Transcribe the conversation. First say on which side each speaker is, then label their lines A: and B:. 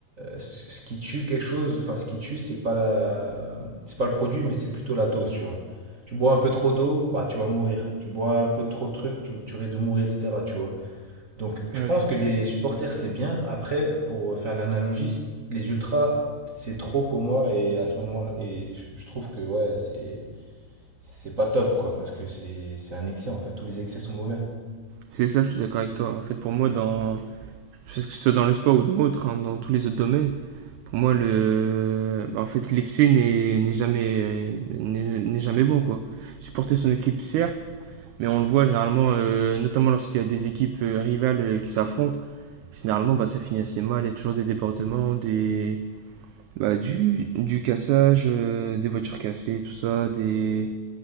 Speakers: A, on the right; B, on the right.
A: ce, ce qui tue quelque chose, enfin, ce qui tue, c'est pas la, c'est pas le produit, mais c'est plutôt la dose, tu vois. Tu bois un peu trop d'eau, bah, tu vas mourir. Tu bois un peu trop de trucs, tu, tu risques de mourir, etc., tu vois. Donc, je
B: Ouais,
A: pense
B: je vois.
A: que les supporters, c'est bien. Après, pour faire l'analogie, les ultras, c'est trop pour moi. Et à ce moment-là, et je je trouve que ouais, c'est c'est pas top, quoi, parce que c'est c'est un excès en fait. Tous les excès sont mauvais.
B: C'est ça, je suis d'accord avec toi. En fait, pour moi, dans parce que ce soit dans le sport ou dans autre, hein, dans tous les autres domaines, pour moi, le, bah, en fait, l'excès n'est n'est jamais, n'est n'est jamais bon, quoi. Supporter son équipe, certes, mais on le voit généralement, euh, notamment lorsqu'il y a des équipes euh, rivales euh, qui s'affrontent, généralement, bah, ça finit assez mal. Il y a toujours des débordements, des, bah, du, du cassage, euh, des voitures cassées, tout ça, des,